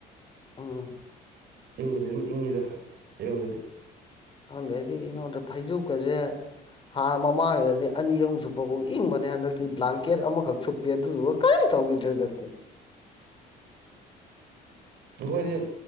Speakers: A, on the left; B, on the right.
A: ꯎꯝ
B: ꯏꯪꯕꯗꯤ ꯑꯗꯨꯝ ꯏꯪꯉꯤꯗ ꯑꯩꯉꯣꯟꯗꯗꯤ
A: ꯈꯪꯗꯦ ꯑꯩꯗꯤ ꯏꯉꯣꯟꯗ ꯐꯩꯖꯨꯞꯀꯖꯦ ꯍꯥꯟ ꯃꯃꯥꯡꯒꯤꯗꯗꯤ ꯑꯅꯤ ꯑꯍꯨꯝ ꯁꯨꯞꯄ ꯕꯣꯛ ꯏꯪꯕꯅꯤ ꯍꯟꯗꯛꯇꯤ ꯕ꯭ꯂꯥꯡꯀꯦꯠ ꯑꯃꯈꯛ ꯁꯨꯞꯄꯦ ꯑꯗꯨꯗꯨꯒ ꯀꯔꯤ ꯇꯧꯈꯤꯗ꯭ꯔꯦ ꯍꯟꯗꯛꯇꯤ
B: ꯑꯈꯣꯏꯗꯤ
A: ꯈꯪꯗꯦ